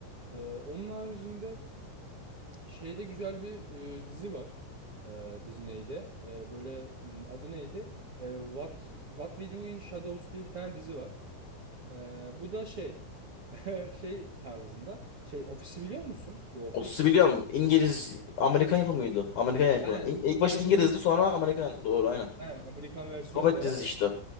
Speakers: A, on the right; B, on the left.
A: Ee, onun haricinde şeyde güzel bir e, dizi var. Ee, Disney'de. Ee, böyle m, adı neydi? Ee, What What We Do in Shadows diye bir tane dizi var. Ee, bu da şey <laughs> şey tarzında. Şey ofisi biliyor musun? The Office.
B: O dizi biliyorum. İngiliz Amerikan yapımı mıydı? Amerikan yapı.
A: Aynen.
B: İng- İlk başta
A: Yani
B: İngilizdi
A: bir İngiliz
B: sonra
A: var.
B: Amerikan. Doğru aynen.
A: Aynen, Amerikan versiyonu
B: Komedi
A: da
B: dizisi
A: var.
B: işte.